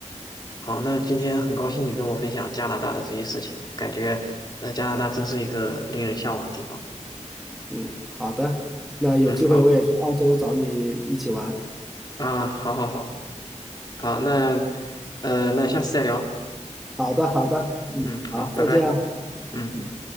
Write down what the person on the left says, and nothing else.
好，那今天很高兴你跟我分享加拿大的这些事情，感觉呃加拿大真是一个令人向往的地方。
嗯，好啊，好好好好，那呃那下次再聊。
嗯，
好，
拜拜。嗯。